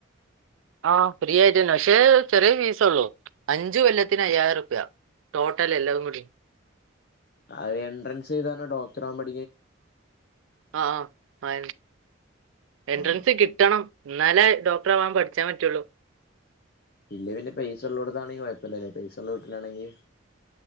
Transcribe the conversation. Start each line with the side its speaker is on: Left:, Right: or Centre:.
Right: ആഹ് ഫ്രീ ആയിട്ടന്നെ പക്ഷേ ചെറിയ ഫീസള്ളു അഞ്ചു കൊല്ലത്തിന് അയ്യായിരം രുപ്യ ടോട്ടൽ എല്ലും ക്കൂടി
Left: അഹ് എൻട്രൻസ് ചെയതാര ഡോക്ടർ ആവ പടി
Right: ആഹ് ആഹ് ആ എൻട്രൻസ്
Left: ആ
Right: കിട്ടണം ഇന്നാലേ ഡോക്ടറ ആവാൻ പഠിച്ചാൻ പറ്റുള്ളൂ
Left: ഇല്ല പിന്ന പൈസ ഉള്ളടത്താണങ്കി കുഴപ്പല്ലല്ലെ പൈസ ഉള്ള വീട്ടി ലാണെങ്കി